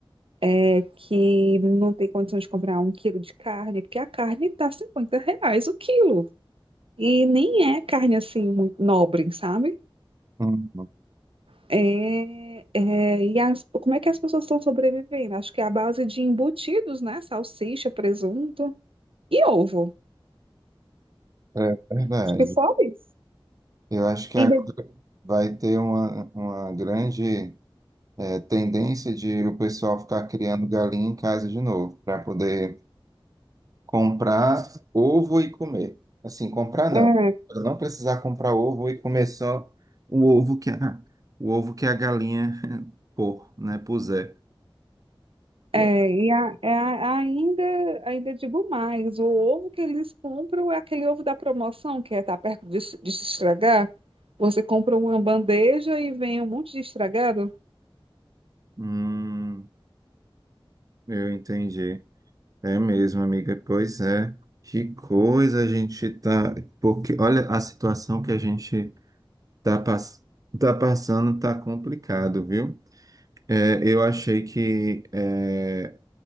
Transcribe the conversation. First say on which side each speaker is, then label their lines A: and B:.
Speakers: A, on the right; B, on the right.
A: é, que não tem condição de comprar um quilo de carne, porque a carne tá 50 reais o quilo. E nem é carne assim muito nobre, sabe?
B: uhum.
A: É, é, e as- como é que as pessoas estão sobrevivendo? Acho que é a base de embutidos, né? Salsicha, presunto e ovo.
B: É verdade.
A: Acho que só isso.
B: Eu acho que
A: Ainda,
B: agora vai ter uma, uma grande. é, tendência de o pessoal ficar criando galinha em casa de novo, para poder comprar ovo e comer. Assim, comprar não.
A: é,
B: Pra não precisar comprar ovo e comer só o ovo que a, o ovo que a galinha <laughs> pôr, né, puser. Pô.
A: é, e a- é, a- ainda, ainda digo mais, o ovo que eles compram é aquele ovo da promoção, que é tá perto de, se de se estragar. Você compra uma bandeja e vem um monte de estragado.
B: Hum, eu entendi. É mesmo, amiga. Pois é. Que coisa a gente tá. Porque olha a situação que a gente tá, pass... tá passando, tá complicado, viu? É, eu achei que é,